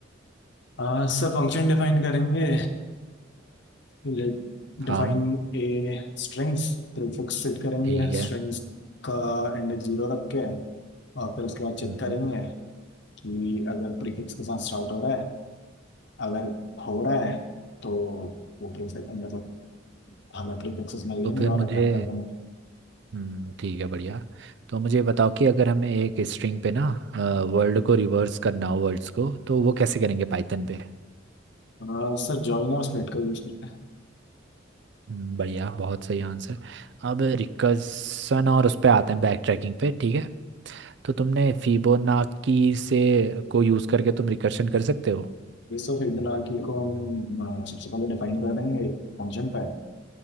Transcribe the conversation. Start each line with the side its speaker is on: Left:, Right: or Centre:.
Left: आ, सर फंक्शन डिफाइन करेंगे like define
Right: हाँ
Left: a strings prefix set करेंगे
Right: ठीक है
Left: स्ट्रिंग्स का इंडेक्स जीरो रख के और फिर उसके बाद चेक
Right: हम्म,
Left: करेंगे कि अगर प्रीफिक्स के साथ स्टार्ट हो रहा है अगर हो रहा है तो वो प्रीफिक्स मतलब हमें प्रीफिक्सेस मिल जाएंगे
Right: तो फिर मुझे
Left: और रिटर्न कर देंगे
Right: हम्म ठीक है बढ़िया तो मुझे बताओ कि अगर हमें एक स्ट्रिंग पे ना वर्ल्ड को रिवर्स करना हो वर्ड्स को तो वो कैसे करेंगे पाइथन पे
Left: आ, सर जॉइन और स्प्लिट का यूज करते हैं
Right: हम्म, बढ़िया बहुत सही आंसर अब रिकर्सन और उस पे आते हैं बैक ट्रैकिंग पे ठीक है तो तुमने फिबोनाकी से को यूज़ करके तुम रिकर्शन कर सकते हो
Left: ये सब फील्ड की को हम आ, सबसे पहले डिफाइन कर देंगे फंक्शन पे